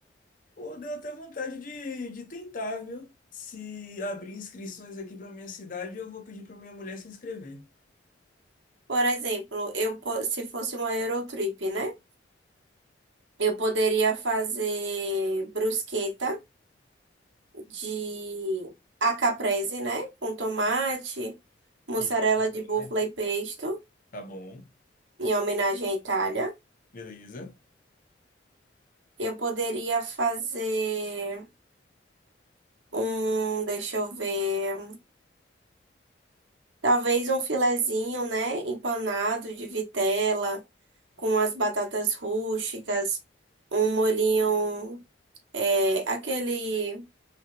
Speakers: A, on the left; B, on the right.
A: Pô, deu até vontade de, de tentar, viu? Se abrir inscrições aqui pra minha cidade, eu vou pedir pra minha mulher se inscrever.
B: Por exemplo, eu po- se fosse uma Eurotrip, né? Eu poderia fazer brusqueta. de a caprese, né? Com tomate, mussarela
A: E aí, passa
B: de
A: pra
B: búfala
A: dentro.
B: e pesto,
A: Tá bom,
B: em homenagem à Itália.
A: beleza.
B: Eu poderia fazer um, deixa eu ver, talvez um filezinho, né? Empanado de vitela, com as batatas rústicas, um molhinho, é, aquele